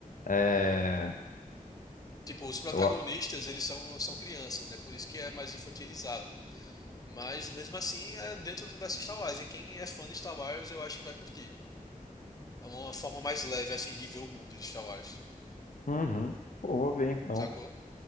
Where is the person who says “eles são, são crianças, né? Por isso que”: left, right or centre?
Left